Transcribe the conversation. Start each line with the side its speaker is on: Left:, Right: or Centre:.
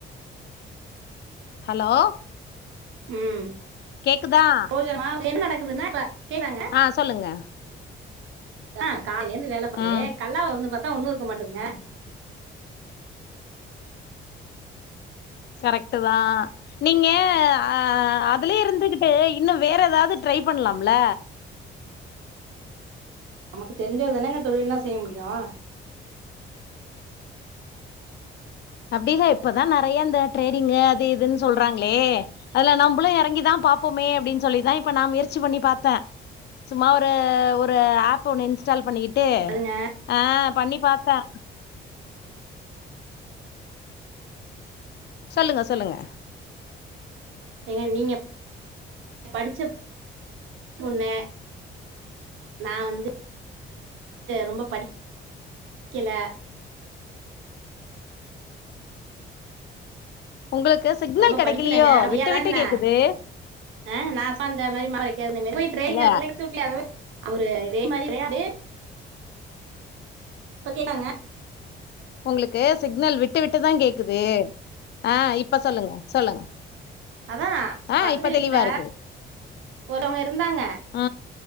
Left: ஹலோ
Right: ம்
Left: கேக்குதா
Right: ப்புரோஜனமா என்ன நடக்குது என்னா இப்ப கேக்கறாங்க
Left: ஆ சொல்லுங்க
Right: ஆ கால்லேந்து வேல பாத்து
Left: ம்
Right: கல்லாவ வந்து பாத்தா ஒன்னு இருக்க மாட்டுதுங்க
Left: கரெக்ட்டு தா நீங்க ஆ அதுலயே இருந்துகிட்டு இன்னு வேற ஏதாவது ட்ரை பண்ணலாம்ல
Right: நமக்கு தெரிஞ்சது தானங்க தொழில்னா செய்ய முடியோ
Left: அப்டில்ல இப்பதா நெறைய இந்த ட்ரேடிங்கே அது இதுன் சொல்றாங்ளே அதுல நம்பளு எறங்கிதா பாப் போமே அப்டின் சொல்லிதா இப்ப நா முயற்சி பண்ணி பாத்த சும்மா ஒரு ஒரு ஒரு ஆப் ஒண்ணு இன்ஸ்டால் பண்ணிக்கிட்டு
Right: அதுங்க
Left: ஆ பண்ணி பாத்த சொல்லுங்க சொல்லுங்க
Right: ஏங்க நீங்க படிச்ச பொண்ணு நா வந்து ரொம்ப படிக்கில
Left: உங்களுக்கு சிக்னல்
Right: ரொம்ப
Left: கெடைக்கலியோ
Right: படிக்கலங்க முடியாதா
Left: விட்டு விட்டு
Right: என்ன
Left: கேக்குது
Right: ஆ நா சாந்த மாரி மாவு அறைக்காத மேறி துட்டூட்ல
Left: இல்ல
Right: அத மேரி அவரு இதே மாரி கெடயாது இப்ப கேக்குதாங்க
Left: உங்களுக்கு சிக்னல் விட்டு விட்டுதா கேக்குது ஆ இப்ப சொல்லுங்க சொல்லுங்க
Right: அதா
Left: ஆ
Right: பக்கத்து
Left: இப்ப
Right: வீட்ல
Left: தெளிவா இருக்கு
Right: ஒருத்தவங்க இருந்தாங்க
Left: ஆ